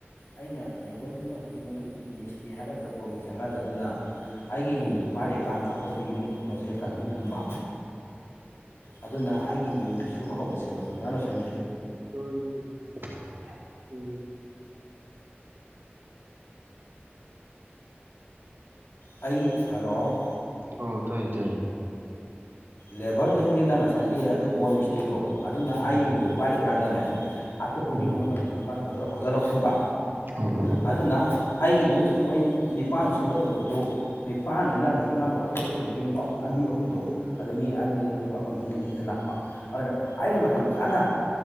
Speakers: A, on the left (about 85°); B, on the right (about 55°).
A: ꯑꯩꯅ ꯂꯦꯕꯔꯁꯤꯅ ꯉꯁꯥꯏꯒꯤ ꯃꯗꯨ ꯃꯤꯁꯇ꯭ꯔꯤ ꯍꯥꯏꯒꯗ꯭ꯔꯥ ꯕꯣꯔ ꯃꯤꯁꯇ꯭ꯔꯤ ꯍꯥꯏꯒꯗ꯭ꯔꯥ ꯑꯗꯨꯅ ꯑꯩꯒꯤ
B: ꯎꯝ
A: ꯌꯨꯝꯁꯦ ꯄꯥꯏꯔꯤꯀꯥꯟꯗ ꯑꯇꯣꯞꯄ ꯌꯨꯝ ꯑꯃꯁꯨ ꯍꯦꯛ ꯀꯟꯖꯟ ꯊꯝꯕ ꯑꯗꯨꯅ ꯑꯩꯒꯤ ꯌꯨꯝ ꯁꯨꯕ ꯍꯧꯕꯁꯦ ꯃꯇꯝ ꯆꯥꯅ ꯂꯣꯢꯁꯟ
B: ꯆꯥꯔꯁꯤ ꯊꯤꯔꯣ ꯆꯥꯔꯁꯦ ꯎꯝ
A: ꯑꯩꯒꯤ ꯍꯜꯂꯣ
B: ꯑꯣ ꯇꯥꯏ ꯇꯥꯏ
A: ꯂꯦꯕꯔꯁꯤꯡꯁꯤꯅ ꯉꯁꯥꯏꯒꯤ ꯑꯗꯨ ꯕꯣꯔ ꯃꯤꯁꯇ꯭ꯔꯤꯗꯣ ꯑꯗꯨꯅ ꯑꯩ
B: ꯎꯝ
A: ꯌꯨꯝꯁꯦ ꯄꯥꯏꯔꯤꯀꯥꯟꯗꯅꯦ ꯑꯇꯣꯞꯄ
B: ꯎꯝ
A: ꯌꯨꯝ ꯑꯃꯅꯤ <unintelligible> ꯃꯥꯅ ꯑꯣꯔꯗꯔ ꯑꯣꯔꯗꯔ ꯂꯧꯁꯟꯕ
B: ꯑꯧ
A: ꯑꯗꯨꯅ ꯑꯩꯒꯤ ꯌꯨꯝꯁꯤꯗ ꯃꯣꯏ ꯅꯤꯄꯥꯟ ꯁꯨꯒꯗꯕꯗꯨ ꯅꯤꯄꯥꯟꯁꯤꯅ ꯉꯁꯥꯏꯒꯤ ꯃꯥꯅ ꯑꯣꯗꯔ ꯂꯧꯁꯤꯜꯂꯤꯕ ꯌꯨꯝ ꯑꯅꯤ ꯑꯍꯨꯝꯗꯣ ꯑꯗꯨꯗ ꯃꯤ ꯑꯅꯤ ꯊꯥꯗꯣꯛꯄ ꯑꯃꯒꯤꯁꯤ ꯃꯤ ꯑꯅꯤ ꯈꯛꯇ ꯂꯥꯛꯄ ꯑꯗꯨꯅ ꯑꯩꯅ ꯃꯇꯝ ꯆꯥꯅ